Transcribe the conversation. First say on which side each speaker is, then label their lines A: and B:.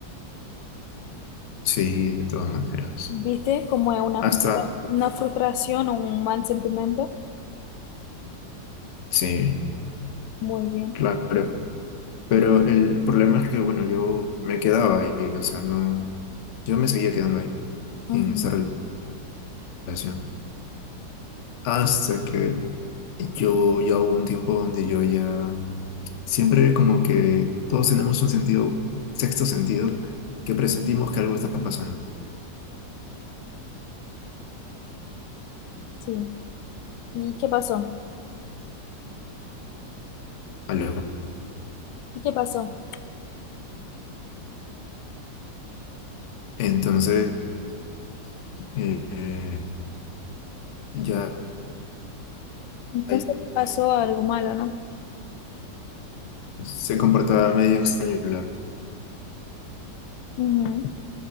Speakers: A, on the left; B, on the left.
A: sí, de todas maneras.
B: ¿Viste? Como es una,
A: Hasta,
B: frustra- una frustración o un mal sentimiento.
A: sí,
B: Muy bien.
A: claro. Pero el problema es que, bueno, yo me quedaba ahí, o sea, no, yo me seguía quedando ahí
B: Ujú,
A: en esa relación. Hasta que yo ya hubo un tiempo donde yo ya, siempre como que todos tenemos un sentido, sexto sentido, que presentimos que algo está pasando.
B: Sí. ¿Y qué pasó?
A: Algo.
B: ¿Y qué pasó?
A: Entonces, eh, eh, ya,
B: Entonces
A: ya
B: pasó algo malo, ¿no?
A: se comportaba medio extraño el celular.
B: Ujú,